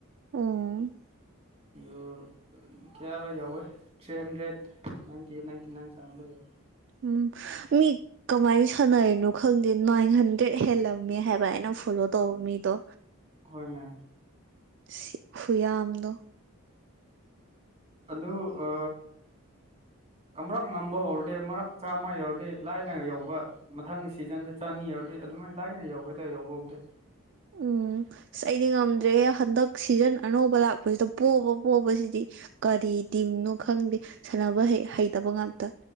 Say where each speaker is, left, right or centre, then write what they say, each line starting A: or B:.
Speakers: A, on the right (about 50°); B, on the right (about 30°).
A: ꯎꯝ
B: ꯑꯗꯨ ꯀꯌꯥꯔꯥ ꯌꯥꯎꯋꯦ ꯊ꯭ꯔꯤ ꯍꯟꯗ꯭ꯔꯦꯠ ꯅꯥꯟꯇꯤ ꯏꯟꯇꯤ ꯅꯥꯏꯟ ꯆꯪ ꯕ ꯌꯥꯎ ꯑꯦ
A: ꯎꯝ ꯃꯤ ꯀꯃꯥꯏꯅ ꯁꯥꯟꯅꯔꯤꯅꯣ ꯈꯪꯗꯦ ꯅꯥꯏꯟ ꯍꯟꯗ꯭ꯔꯦꯗ ꯍꯦꯜꯂꯝꯃꯦ ꯍꯥꯏꯕ ꯍꯥꯏꯅ ꯐꯣꯂꯣ ꯇꯣꯕ ꯃꯤꯗꯣ
B: ꯍꯣꯏꯅꯦ
A: ꯁꯤꯈꯨꯌꯥꯝꯝꯗꯣ
B: ꯑꯗꯨ ꯑ ꯑꯃꯨꯔꯛ ꯉꯝꯕ ꯍꯧꯔꯗꯤ ꯃꯔꯛ ꯑꯝꯃ ꯌꯧꯔꯗꯦ ꯂꯥꯏ ꯂꯥꯏ ꯌꯧꯕ ꯃꯊꯪꯒꯤ ꯁꯤꯖꯟꯗ ꯆꯅꯤ ꯌꯥꯎꯔꯗꯤ ꯑꯗꯨꯃꯥꯏꯅ ꯂꯥꯏꯅ ꯌꯥꯎꯕꯗ ꯌꯥꯎꯕ ꯕꯨꯗꯤ
A: ꯎꯝ ꯑꯁ ꯑꯩꯗꯤ ꯉꯝꯗ꯭ꯔꯦꯍꯦ ꯍꯟꯗꯛ ꯁꯤꯖꯟ ꯑꯅꯧꯕ ꯂꯥꯛꯄꯁꯤꯗ ꯄꯣꯕ ꯄꯣꯕꯁꯤꯗꯤ ꯀꯔꯤ ꯇꯤꯝꯅꯣ ꯈꯪꯗꯦ ꯁꯥꯟꯅꯕ ꯍꯩꯇꯕ ꯉꯥꯛꯇ